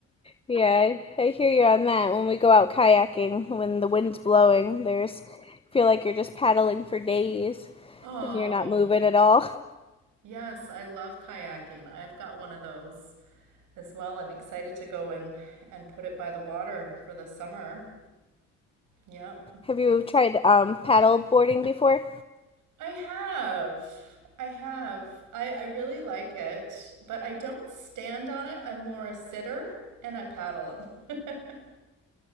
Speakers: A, on the left (about 20°); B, on the right (about 90°).
A: Yeah, I, I hear you on that. When we go out kayaking, when the wind's blowing, there's feel like you're just paddling for days
B: Oh,
A: 'cause you're not moving at all. <laughs>
B: yes, I love kayaking. I've got one of those. as well. I'm excited to go and and put it by the water for the summer. Yep.
A: Have you tried um, paddle boarding before?
B: I have. I have. I, I really like it, but I don't stand on it. I'm more a sitter and I paddle <laughs>